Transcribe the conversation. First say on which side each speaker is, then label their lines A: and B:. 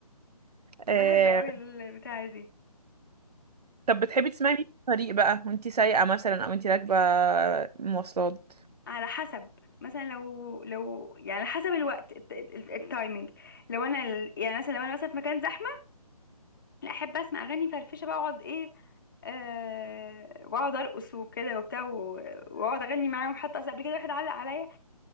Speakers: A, on the right (about 80°); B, on the left (about 35°).
A: آه...
B: بحب قوي البتاعة دي
A: طب بتحبي تسمعي مين في الطريق بقى وانتي سايقه مثلا او انتي راكبه مواصلات
B: على حسب مثلا لو لو يعني على حسب الوقت الت- ال- التايمينج لو انا ال- يعني مثلا لو انا مثلا في مكان زحمه لا احب اسمع اغاني فرفشه بقى اقعد ايه آه واقعد ارقص وكده وبتاع و- واقعد اغني معاهم حتى اصل قبل كده واحد علق عليا